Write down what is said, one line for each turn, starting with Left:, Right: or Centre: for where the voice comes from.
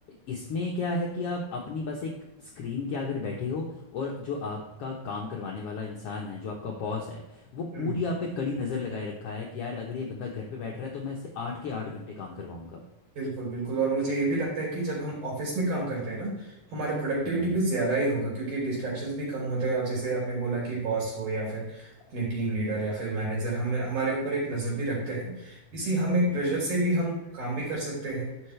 Left: इसमें क्या है कि आप अपनी बस एक स्क्रीन के आगे बैठे हो और जो आपका काम करवाने वाला इंसान है जो आपका बॉस है वो
Right: हम्म
Left: पूरी आप पे कड़ी नज़र लगाए रखा है कि यार अगर ये बंदा घर पे बैठ रहा है तो मैं इससे आठ के आठ घंटे काम करवाऊंगा
Right: बिल्कुल बिल्कुल और मुझे ये भी लगता है कि जब हम ऑफिस में काम करते हैं ना हमारा प्रोडक्टिविटी
Left: हम्म
Right: भी ज्यादा ही होगा क्योंकि डिस्ट्रैक्शंस भी कम होते हैं और जैसे आपने बोला कि बॉस हो या फिर अपने टीम लीडर या फिर मैनेजर हम हमारे ऊपर एक नजर भी रखते हैं इसी हम एक
Left: हम्म
Right: प्रेशर से भी हम काम भी कर सकते हैं